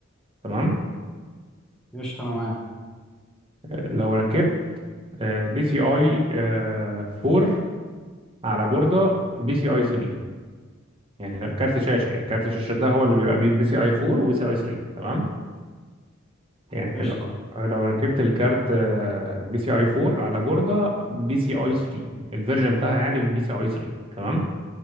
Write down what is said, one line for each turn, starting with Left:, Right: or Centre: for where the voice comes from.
Right: تمام
Centre: قشطة أنا معاك
Right: آه، لو ركبت آه، بي سي اي 4 على بوردة بي سي اي 3 يعني لا، كارت شاشة يعني كارت الشاشة ده هو اللي بيبقى بي بي سي اي 4 وبي سي اي 3 تمام يعني
Centre: قشطة
Right: لو لو ركبت الكارت آه، بي سي اي 4 على بوردة بي سي اي 3 الفيرجن بتاعها يعني بي سي اي 3 تمام